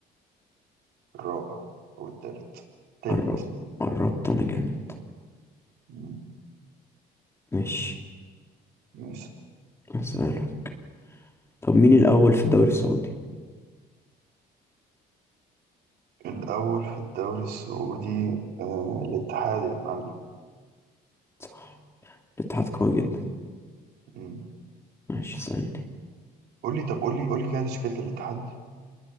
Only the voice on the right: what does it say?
الرابع أو التالت التالت
مم،
ماشي
الأول في الدوري السعودي آه الاتحاد يا معلم
مم.
قولي طب قولي قولي كده تشكيلة الاتحاد